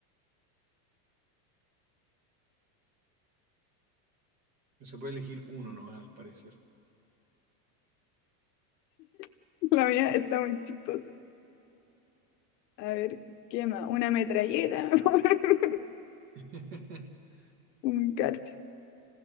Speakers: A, on the right; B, on the left.
A: Se puede elegir uno nomás, al parecer.
B: <laughs> La mía está muy chistosa. A ver, ¿qué más? Una metralleta. <laughs>
A: <laughs>
B: Un garfio.